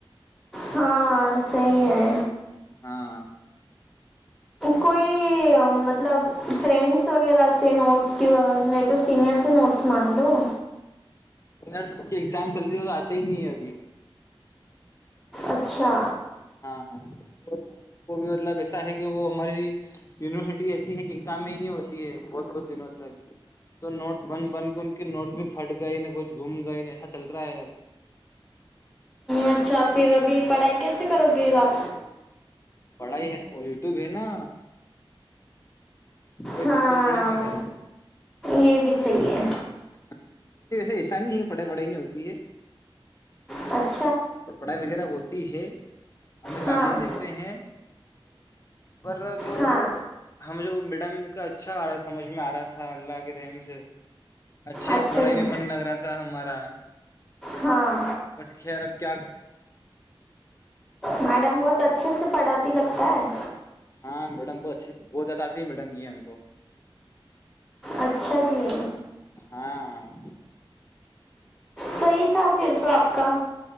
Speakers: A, in the centre; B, on the left (about 35°).
A: ہاں صحی ہے
B: ہاں
A: کوئی مطلب فرینڈس وغیرہ سے نوٹس کی نہیں تو سینئر سے نوٹس مانگ لو
B: رس کی ایگزام چلتی ہے تو آتے ہی نہیں ہے ابھی
A: اچھا
B: ہاں ان کو بھی مطلب ایسا ہے کہ وہ ہماری یونیورسٹی ایسی ہے کہ ایگزام میں ہی نہیں ہوتی ہے بہت بہت دنوں تک تو نوٹس بند بند کے ان کے نوٹس بھی پھٹ گئے ن کچھ گھوم گئے ایسا چل رہا ہے اب
A: اچھا پھر ابھی پڑھائی کیسے کرو گے آپ
B: پڑھائی ہے اور یوٹیوب ہے نا کوئی
A: ہاں
B: دقت تھوڑی نہ کیا ہے
A: یہ بھی صحیح ہے
B: ہاں نہیں ویسے ایسانی ہے پٹائی بڑھائی نہیں ہوتی ہے
A: تچ
B: پڑھائی وغیرہ ہوتی ہے ہمیں
A: ہاں
B: تعلیم دیتے ہیں پر جو
A: ہاں
B: ہمیں جو میڈم کا اچھا آ سمجھ میں آ رہا تھا اللہ کے رحم سے اچھے
A: اچھا
B: پڑائی
A: جی
B: میں من لگ رہا تھا ہمارا
A: ہاں
B: بٹ خ
A: میڈم بہت اچھے سے پڑھاتی لگتی ب
B: ہاں میڈم بہت اچھ بہت زدی میڈم کی ہے ہم کو
A: اچھا جی
B: ہاں
A: صی تھا پھر تو آپ کا